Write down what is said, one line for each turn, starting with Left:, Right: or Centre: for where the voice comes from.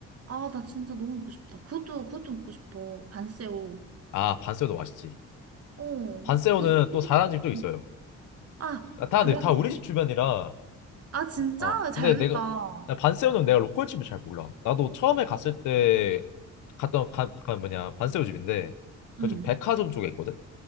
Right: 아, 나 진짜 너무 먹고 싶다. 그것도, 그것도 먹고 싶어. 반새오
Left: 아 반새우도 맛있지.
Right: 어,
Left: 반새우는
Right: 그, 그거는?
Left: 또 잘하는 집도 있어요.
Right: 어. 아,
Left: 아, 다,
Right: 그래,
Left: 내- 다
Right: 거기.
Left: 우리 집 주변이라.
Right: 아, 진짜?
Left: 어,
Right: 잘
Left: 근데 내가
Right: 됐다.
Left: 나 반세우는 내가 로컬 집을 잘 몰라. 나도 처음에 갔을 때 갔던 가, 가 뭐냐 반세우 집인데 그
Right: 응.
Left: 좀 백화점 쪽에 있거든.